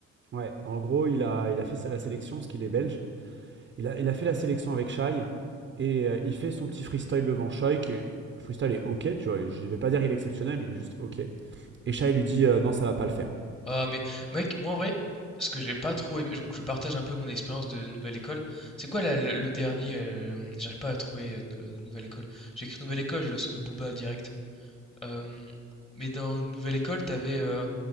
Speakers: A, on the right; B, on the left.
A: Ouais, en gros, il a, il a fait ça à la sélection parce qu'il est belge. Il a, il a fait la sélection avec Shai et euh, il fait son petit freestyle devant Shai qui est- le freestyle est ok, tu vois. Je vais pas dire qu'il est exceptionnel, mais il est juste ok. Et Shai lui dit euh, non, ça va pas le faire.
B: Ah mais mec, moi en vrai, ce que j'ai pas trop aimé, donc je partage un peu mon expérience de nouvelle école. C'est quoi la- le, le dernier euh, j'arrive pas à trouver euh, nou- nouvelle école. J'ai écrit nouvelle école, j'ai le son de Booba direct. Euh, mais dans nouvelle école, t'avais euh,